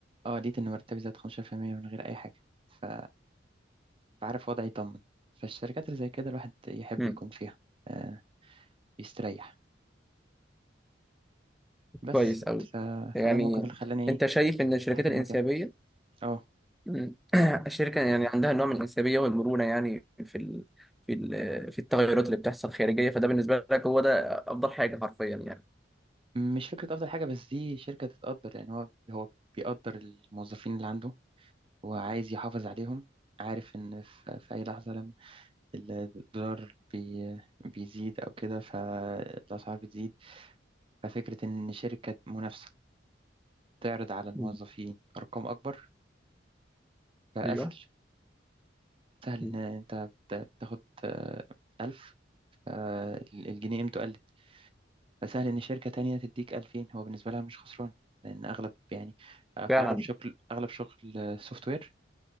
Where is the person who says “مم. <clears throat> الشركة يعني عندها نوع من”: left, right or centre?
Centre